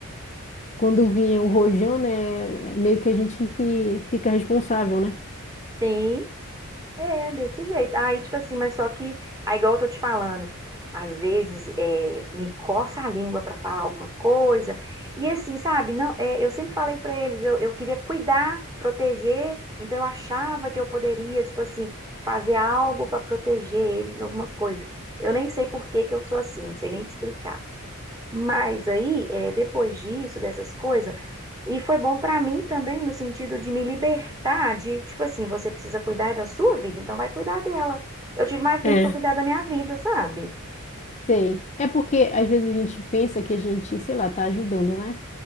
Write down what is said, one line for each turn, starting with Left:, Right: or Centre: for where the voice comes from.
Left: quando vinha o rojão, né? Meio que a gente que fica responsável, né?
Right: sim É, desse jeito. Aí, tipo assim, mas só que, aí, igual eu tô te falando, às vezes é, me coça a língua pra falar alguma coisa. E assim, sabe? Não, é, eu sempre falei pra eles, eu, eu queria cuidar, proteger, então eu achava que eu poderia, tipo assim, fazer algo pra proteger eles de alguma coisa. Eu nem sei por que que eu sou assim, não sei nem te explicar. Mas aí, é, depois disso, dessas coisas, e foi bom pra mim também no sentido de me libertar de, tipo assim, você precisa cuidar da sua vida, então vai cuidar dela. Eu tive mais tempo
Left: É.
Right: pra cuidar da minha vida, sabe?
Left: Sei. É porque às vezes a gente pensa que a gente, sei lá, tá ajudando, né?